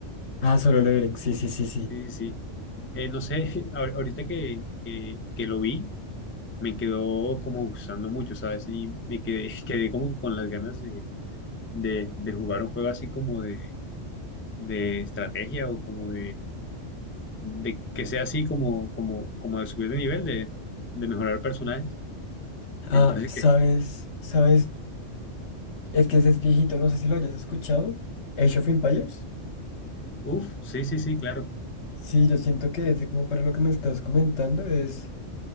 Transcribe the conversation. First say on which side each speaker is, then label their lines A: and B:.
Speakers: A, on the left; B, on the left.
A: Ah, solo Leveling, sí, sí, sí, sí.
B: Sí, sí. sí. Eh, no sé, <laughs> ahor- ahorita que, que, que lo vi, me quedó como gustando mucho, ¿sabes? Y me quedé, <laughs> quedé como que con las ganas de, de, de jugar un juego así como de, de estrategia o como de que sea así como, como, como de subir de nivel, de, de mejorar personajes. <laughs>
A: Ah,
B: Entonces,
A: ¿sabes?
B: que,
A: ¿Sabes? Es que ese es viejito, no sé si lo hayas escuchado. Age of Empires.
B: uff, sí, sí, sí, claro.
A: Sí, yo siento que ese como para lo que me estás comentando es,